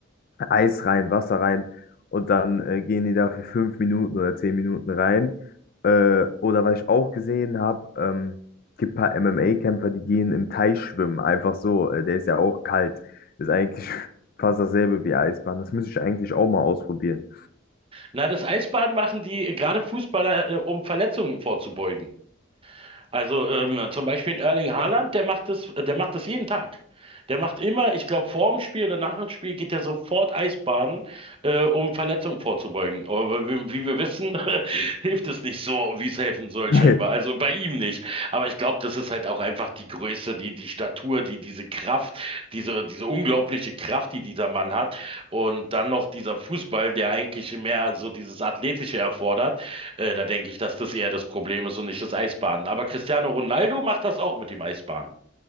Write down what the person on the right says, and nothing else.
Na, das Eisbaden machen die äh, gerade Fußballer, äh, um Verletzungen vorzubeugen. Also ähm, zum Beispiel in Erling Haaland, der macht das, der macht das jeden Tag. Der macht immer, ich glaube, vor dem Spiel oder nach dem Spiel geht er sofort Eisbaden, äh, um Verletzungen vorzubeugen. Aber wie, wie wir wissen, <laughs> hilft es nicht so, wie es helfen soll,
scheinbar. Also bei ihm nicht. Aber ich glaube, das ist halt auch einfach die Größe, die, die Statur, die, diese Kraft, diese, diese unglaubliche Kraft, die dieser Mann hat. Und dann noch dieser Fußball, der eigentlich mehr so dieses Athletische erfordert. Äh, da denke ich, dass das eher das Problem ist und nicht das Eisbaden. Aber Cristiano Ronaldo macht das auch mit dem Eisbaden.